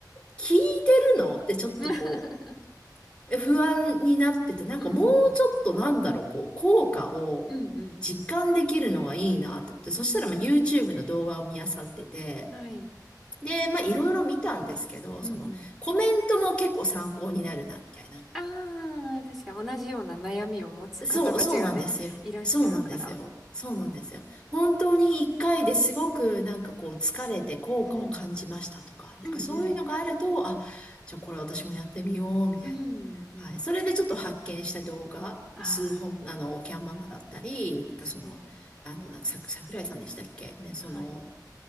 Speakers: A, on the left; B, in the centre.
A: 聞いてるのってちょっとこ
B: <laughs>
A: う、え不安になってて、なんかもうちょっとなんだろう、
B: うんうん。
A: こう、効果を実感できるのがいいなと思って、
B: うんうんうん。
A: そしたらまあ YouTube の動画を見漁ってて、
B: はい。
A: で、まあいろいろ見たんですけど、
B: うんうん。
A: そのコメントも結構参考になるな、みたいな。
B: ああ、確か同じような悩みを持つ方たちがね、
A: そう、そうなんですよ。
B: いらっしゃるから。
A: そうなんですよ。そうなんですよ。本当に一回ですごくなんかこう疲れて効果を感じましたとか、
B: うん。
A: なんかそういうのがあると、
B: うんうん。
A: あ、じゃあこれ私もやってみようみたいな。
B: うんうんうん。
A: はい。それでちょっと発見した動画、
B: ああ、
A: 数本、あの、キャンママだったり、なんかその、
B: すごい。
A: あの、なんかさ、桜井さんでしたっけね、その、
B: はい。